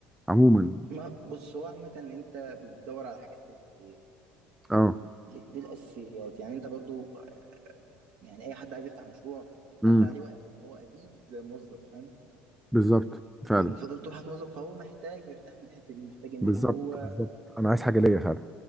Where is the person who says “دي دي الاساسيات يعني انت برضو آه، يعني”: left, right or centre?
Right